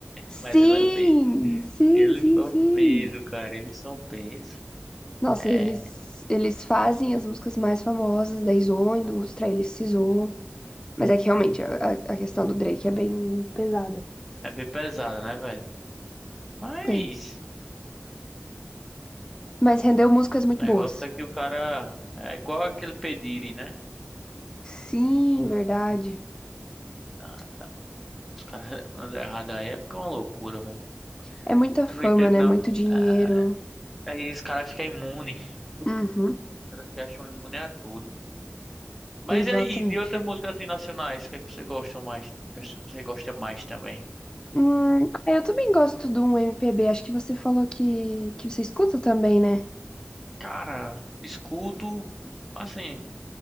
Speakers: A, on the left; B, in the centre.
A: Sim,
B: Mas ele é peso.
A: sim,
B: Eles
A: sim,
B: são
A: sim.
B: peso, cara. Eles são peso.
A: Nossa,
B: É,
A: eles, eles fazem as músicas mais famosas da Izone, dos trailers se zoam. Mas é que realmente a, a a questão do Drake é bem pesada.
B: é bem pesado, né, velho? Mas
A: É. Mas rendeu músicas muito
B: o negócio
A: boas.
B: é que o cara é igual aquele Pediri, né?
A: Sim, verdade.
B: Ah, tá, os caras <laughs> andam errado aí é porque é uma loucura, velho.
A: É muita
B: Eu
A: fama,
B: não entendo,
A: né?
B: não.
A: Muito dinheiro.
B: É, Aí os caras ficam imune. Os
A: Uhum,
B: caras se acham imune a tudo.
A: exatamente.
B: Mas e aí, de outras músicas assim nacionais, o que é que você gosta mais? O que Você gosta mais também?
A: Hum, é, eu também gosto de um MPB. Acho que você falou que, que você escuta também, né?
B: Cara, escuto assim,